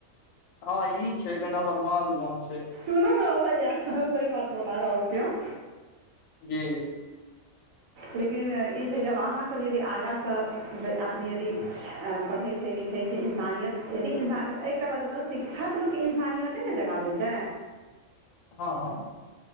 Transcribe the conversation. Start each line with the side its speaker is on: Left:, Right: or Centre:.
Left: हँ ई छै कनिटा बदमास गाँंव छै।
Right: सुनू ने भैया सही बात बता रहल छी हम।
Left: जे
Right: लेकिन इ छै जब अहाँसब यदि आगांसँ मतलब आदमी यदि पढ़ै छै लिखै छै इंसानियत यदि इन्सान एकटा बाद बताउ शिक्षा त लोक के इंसानियते ने जगाबै छै।
Left: हँअ।